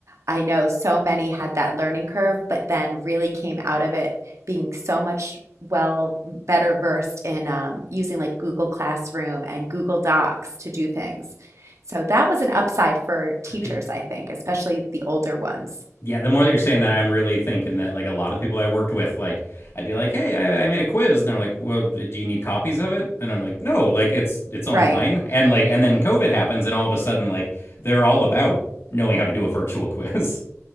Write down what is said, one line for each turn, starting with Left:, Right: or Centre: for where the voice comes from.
Right: I know so many had that learning curve, but then really came out of it being so much well better versed in um, using like Google Classroom and Google Docs to do things. So that was an upside for teachers,
Left: I
Right: I think, especially the older ones.
Left: Yeah, the more that you're saying that, I'm really thinking that like a lot of the people I worked with, like I'd be like, "Hey, I, I made a quiz," and they're like, "Well, do you need copies of it?" And I'm like, "No, like it's it's online."
Right: Right,
Left: And like, and then COVID happens, and all of a sudden, like they're all about knowing how to do a virtual <laughs> quiz.